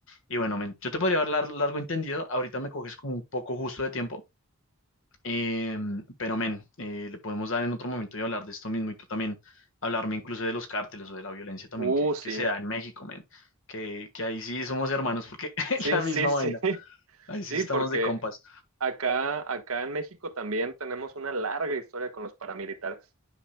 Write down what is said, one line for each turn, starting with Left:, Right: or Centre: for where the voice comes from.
Left: y bueno, men, yo te podría hablar largo y tendido, ahorita me coges como un poco justo de tiempo, eh, pero, men, eh, le podemos dar en otro momento y hablar de esto mismo y tú también hablarme incluso de los cárteles o de la violencia también
Right: Uh,
Left: que,
Right: sí.
Left: que se da en México, men. Que, que ahí sí somos hermanos porque <laughs> es
Right: Sí,
Left: la
Right: sí,
Left: misma
Right: sí.
Left: vaina.
Right: <laughs>
Left: Ahí
Right: Sí,
Left: sí estamos
Right: porque
Left: de compas.
Right: acá, acá en México también tenemos una larga historia con los paramilitares.